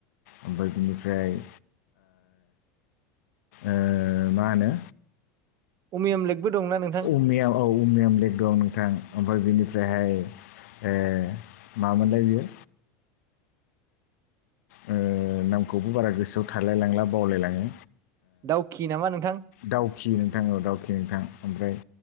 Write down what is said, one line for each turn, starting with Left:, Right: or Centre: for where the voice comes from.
Left: ओमफ्राय बिनिफ्राय ओ मा होनो
Right: अमियम लेकबो दंना नोंथां
Left: अमिया औ उमियाम लेक दं नोंथां ओमफ्राय बिनिफ्रायहाय मामोनलाय बियो ओ नामखौबो बारा गोसोआव थालायलांला बावलायलाङो
Right: दाउखि नामा नोंथां
Left: दावखि नोंथां औ दउखि नोंथां ओमफ्राय